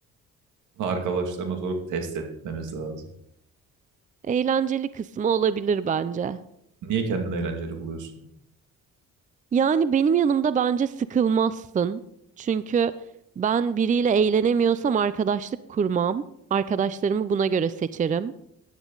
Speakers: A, on the right; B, on the right.
A: Arkadaşlarına sorup test etmemiz lazım.
B: Eğlenceli kısmı olabilir bence.
A: Niye kendini eğlenceli buluyorsun?
B: Yani benim yanımda bence sıkılmazsın. Çünkü ben biriyle eğlenemiyorsam arkadaşlık kurmam. Arkadaşlarımı buna göre seçerim.